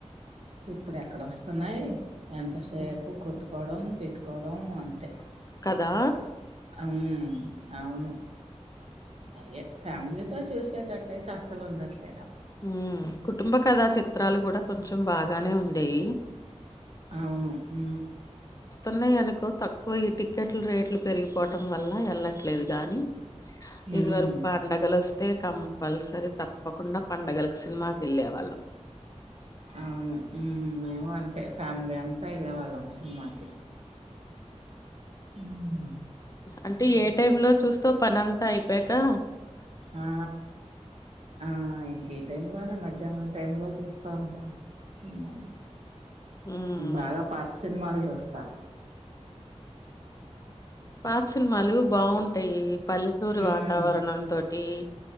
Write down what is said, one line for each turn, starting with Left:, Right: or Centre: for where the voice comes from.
Right: ఇప్పుడు ఎక్కడ వస్తున్నాయి ఎంతసేపు
Left: ఉమ్,
Right: కొట్టుకోవడం తిట్టుకోవడం అంత తె
Left: కదా
Right: అ అవును అయ్యే ఫ్యామిలీతో చూసేటట్ట అయితే అస్సలు ఉండట్లేదు
Left: ఉ కుటుంబ కథా చిత్రాలు కూడా కొంచెం బాగానే ఉండేవి
Right: అవును ఉ
Left: ఉన్నాయయి అనుకో తక్కువ ఈ టిక్కెట్లు రేట్లు పెరిగిపోవటం వల్ల వెళ్ళట్లేదు గాని ఇది
Right: ఉమ్
Left: వరకు పండగలు వస్తే కంపల్సరీ తప్పకుండా పండుగలకు సినిమాకి వెళ్ళేవాళ్ళం
Right: అవును మేము అంతే ఫ్యామిలీ అంతా వెళ్ళే వాళ్ళం సినిమాకి ఉమ్
Left: అంటే
Right: ఇప్పుడు
Left: ఏ టైమ్ లో చూస్తవ్ పనంత అయిపోకా
Right: ఆ ఆ ఇంకే టైమ్ లోనే మధ్యాహ్నం టైమ్ లో చూస్తా ఉంటా సినిమాలు
Left: హ్మ్
Right: బాగా పాత సినిమాలు చూస్తా
Left: పాక్ సినిమాలు బాగుంటాయి పల్లెటురు
Right: ఉమ్
Left: వాతావరణం తోటి